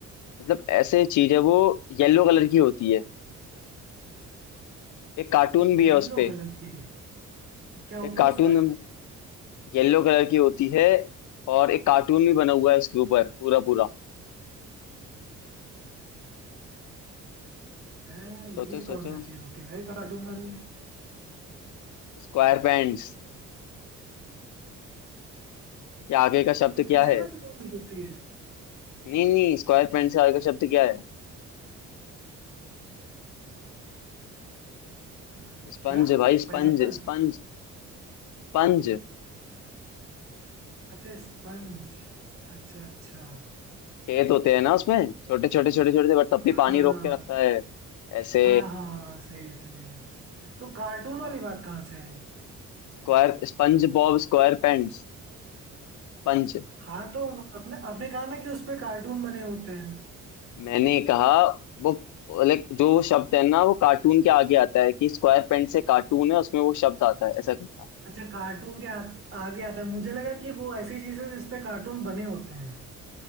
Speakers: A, on the left (about 75°); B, on the right (about 45°).
A: मतलब ऐसे चीज है वो येलो कलर की होती है एक कार्टून भी
B: येलो
A: है उसपे
B: कलर की क्या होता
A: एक कार्टून
B: है उसपे
A: येलो कलर की होती है और एक कार्टून भी बना हुआ है उसके ऊपर पूरा पूरा
B: है
A: सोचो
B: ये कौन
A: सोचो
B: सा चीज होती है भाई कार्टून वाली
A: स्क्वायर पैंट्स के आगे का शब्द
B: तो किचन
A: क्या है
B: में जरूर होती है
A: नहीं नहीं स्क्वायर पैंट्स के आगे का शब्द क्या है
B: अ,
A: स्पंज
B: क्या
A: भाई
B: पाइनएप्पल
A: स्पंज स्पंज स्पंज
B: अच्छा स्पंज अच्छा अच्छा
A: खेत होते हैं ना उसमें छोटे छोटे छोटे छोटे से बट तब भी
B: हाँ
A: पानी रोक के रखता है ऐसे
B: हाँ हाँ हाँ सही है सही है तो कार्टून वाली
A: हाँ
B: बात कहाँ से आई
A: square SpongeBob square pants sponge
B: हाँ तो अपने अपने कहा ना कि उस पे कार्टून बने होते हैं
A: मैंने कहा वो लाइक जो शब्द है ना वो कार्टून के आगे आता है कि स्क्वायर पेन से कार्टून है उसमें वो शब्द आता है ऐसा करता
B: अच्छा कार्टून के आ, आगे आता है मुझे लगा कि वो ऐसी चीजें जिस पे कार्टून बने होते हैं